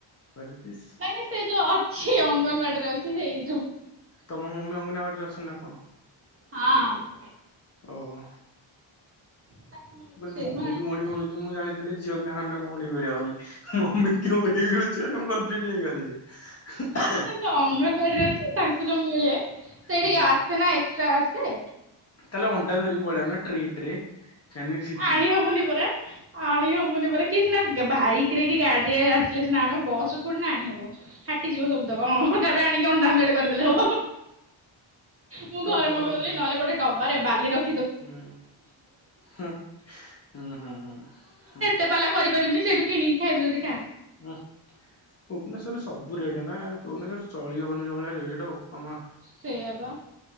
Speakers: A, on the left; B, on the right.
A: ହ୍ୱାଟିଜ୍ ଦିଶ୍।
B: ମାନେ ସେ ଯୋଉ ଅଛି ଅଙ୍ଗନ୍ବାଡ଼ିରେ ଅଛି ହେଇ ଯୋଉ
A: ତମ ମମି ଅଙ୍ଗନାବାଡ଼ିରେ ଅଛନ୍ ନା କଣ?
B: ହଁ।
A: ଓହୋ।
B: ତାକୁ ମିଳୁଛି
A: ମୁ କହିଲି
B: ସେଇଠୁ
A: ମମି
B: ଆଣିବା
A: କୁ ମୁଢି
B: କଥା
A: ମିଳୁଛି, ମୁଁ ଜାଣିଥିଲି ଝିଅ ପିଲା ମାନଙ୍କୁ ମୁଢ଼ି ମିଳେ ବୋଲି। ମମି କି ମୁଡ଼ି ମିଳୁଛି ବୋଲି ମୁ କନ୍ଫିଉଜ୍ ହେଇଗଲି ଯେ
B: ମାନେ ସେ ଯୋଉ ଅଙ୍ଗନବାଡ଼ିରେ ଅଛି ତାଙ୍କୁ ଯୋଉ ମିଳେ ସେଟିକି
A: ହୁଁ
B: ଆସେ ନା ଏକ୍ସଟ୍ରା ଆସେ।
A: ତାଏଲେ ଅଣ୍ଡା ଧରିକି ପଳେଇଆଉନ ଟ୍ରେ ଟ୍ରେ ଚାନିଶି
B: ଆଣି ହବନି ପରା, ଆଣି ହବନି ପରା କିଏ ସିନା ଗେ ବାଇ କିରେ କି ଗାଡ଼ିରେ ଆସିଲେ ସିନା ଆଣିବ, ବସ୍ ରେ ଥୋଡି ନା ଆଣିହବ ଫାଟିଯିବ ସବୁ ତକ, ଅଁ ତାପରେ ଆଣିକି ଅଣ୍ଡାଆମ୍ଲେଟ୍
A: ହୁଁ
B: କରିଦେଲେ ହବ। ମୁଁ
A: ତ
B: ଘରେ
A: ଭଲ
B: ମମି କଉଥିଲେ
A: କଥା
B: କି ନହେଲେ ଗୋଡ଼େ ଡବାରେ ବାଲି ରଖ୍
A: ହୁଁ ହଁ ହୁଁ, ହୁଁ
B: ଏତେପାଲା କରିପାରିବୁନି ସେଇଠୁ କିଣିକି ଖାଇବୁ ଯଦି ଖା।
A: ହୁଁ ଭୁବନେଶ୍ବର ସବୁ ରେଟ୍ ନା ଭୁବନେଶ୍ବର ଚଳି ହବନି ଯୋଉ ଭଳିଆ ରେଟ ବୋପାମା
B: ସେୟା ବା।